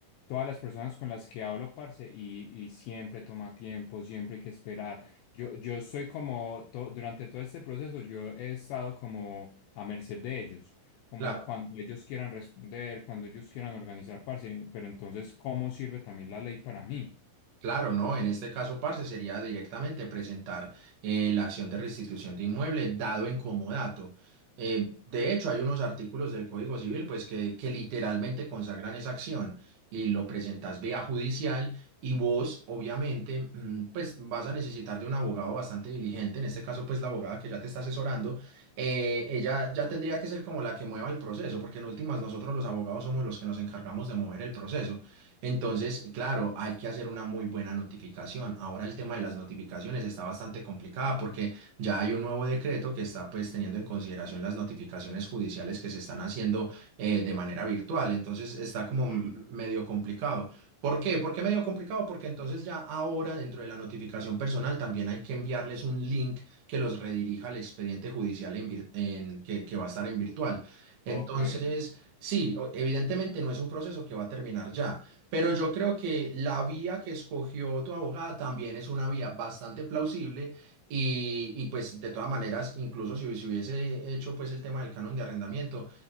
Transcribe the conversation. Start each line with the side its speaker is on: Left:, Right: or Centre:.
Left: todas las personas con las que hablo, parce, y, y siempre toma tiempo, siempre hay que esperar. Yo, yo soy como, to- durante todo este proceso, yo he estado como a merced de ellos, como
Right: Claro.
Left: cuando ellos quieran responder, cuando ellos quieran organizar, parce, pero entonces, ¿cómo sirve también la ley para mí?
Right: Claro, ¿no? En este caso, parce, sería directamente presentar eh, la acción de restitución de inmueble dado en comodato. Eh, de hecho, hay unos artículos del Código Civil, pues, que, que literalmente consagran esa acción y lo presentas vía judicial y vos, obviamente, mm, pues, vas a necesitar de un abogado bastante diligente. En este caso, pues, la abogada que ya te está asesorando, eh, ella ya tendría que ser como la que mueva el proceso, porque en últimas nosotros los abogados somos los que nos encargamos de mover el proceso. Entonces, claro, hay que hacer una muy buena notificación. Ahora el tema de las notificaciones está bastante complicada porque ya hay un nuevo decreto que está pues teniendo en consideración las notificaciones judiciales que se están haciendo eh, de manera virtual. Entonces está como m-
Left: Sí.
Right: medio complicado. ¿Por qué? ¿Por qué medio complicado? Porque entonces ya ahora dentro de la notificación personal también hay que enviarles un link que los redirija al expediente judicial en vir- en- que, que va a estar en virtual. Entonces,
Left: Ok.
Right: sí, o- evidentemente no es un proceso que va a terminar ya pero yo creo que la vía que escogió tu abogada también es una vía bastante plausible y, y pues de todas maneras, incluso si, si hubiese hecho pues el tema del canon de arrendamiento,